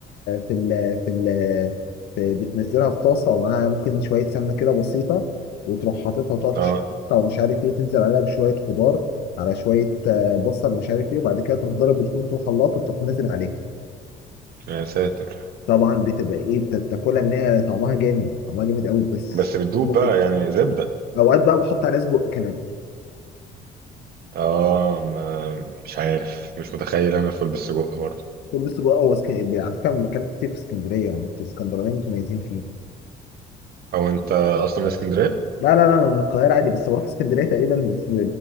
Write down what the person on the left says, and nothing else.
في ال في ال في- بتنزلها في طاسه ومعاها ممكن شويه سمنه كده بسيطه وتروح حاططها وتقعد
تشوحها ومش عارف ايه تنزل عليها بشويه خضار على شويه آه، بصل مش عارف ايه وبعد كده تروح ضارب الفول في الخلاط وتروح نازل عليها
طبعا بتبقى ايه بت- بتاكلها من هي طعمها جامد طعمها جامد قوي بس
حلو
جدا.
اوقات بقى بحط عليها سجق كمان
بقول السجق هو اسك- على فكره أنا اكلت كتير في اسكندريه يعني انتوا الاسكندرانيين متميزين فيه
لا لا لا انا من القاهره عادي بس بروح اسكندريه تقريبا في